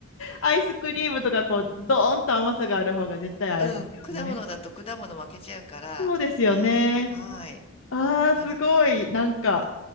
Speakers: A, on the left; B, on the left.
A: アイスクリームとかこう、ドーンと甘さがある方が絶対合いますよね。
B: うん、果物だと果物負けちゃうから、
A: そうですよね。
B: はい、はい。
A: ああ、すごい。
B: なる、
A: なんか、